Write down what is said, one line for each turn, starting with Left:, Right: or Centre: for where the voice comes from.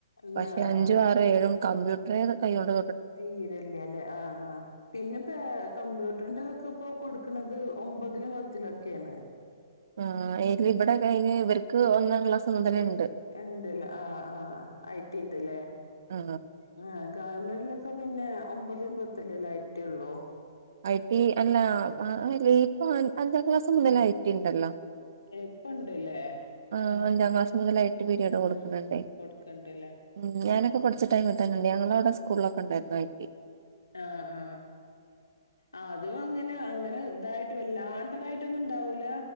Left: ഉണ്ട്
Right: പഷേ
Left: ആഹ്
Right: അഞ്ചും ആറും ഏഴുഒന്നും കമ്പ്യൂട്ട്റെ കയ്യോണ്ട്
Left: തീരല്ല്യലേ ആ ആ പിന്ന പ്പേ കമ്പ്യൂ പ്പ ട്ടണ്ടതൊക്കെ പ്പം കൊട്ക്ക്ണത് ഒമ്പതിലും പത്തിലൊക്കേണ്
Right: ആ <unintelligible> ഇബടെ കഴിഞ്ഞ് ഇവര്ക്ക് ഒന്നാം ക്ലാസ് മുതലേ ൺ-
Left: രണ്ട്ല് ആ ആ ഐ ട്ടി ണ്ട്ലേ
Right: ആ
Left: ആ ഗവൺമെന്റിലൊക്കെ പിന്നെ ഒമ്പതുംപത്ത്ലുഎല്ലേ ഐ ട്ടി ഒള്ളൂ
Right: ഐ ട്ടി അല്ല ആ ഇപ്പ അഞ്ചാം ക്ലാസ് മുതലേ ഐ ട്ടി ഇണ്ടല്ലോ
Left: ഇപ്പ ഇണ്ടല്ലേ
Right: ആ
Left: ആഹ്
Right: അഞ്ചാം ക്ലാസ് മുതലേ ഐ ട്ടി പിരീഡ് കൊട്ക്ക്ണ്
Left: ആഹ്
Right: ണ്ട്
Left: കൊടുക്കണ്ടല്ലേ
Right: ഉം ഞാനൊക്കെ പഠിച്ച ടൈം ഇ <inaudible> പഠ്ച്ച ട്ടയ്മ് തന്ന ണ്ട് ഞങ്ങള ഔടെ സ്കൂൾളൊക്കെ ഇണ്ടായിരുന്നു ഐ ട്ടി
Left: ആ ആ ആ അതും അങ്ങനെ അങ്ങനെ തായിട്ട് വല്ലാണ്ടതായിട്ടൊന്നും ഇണ്ടാഊല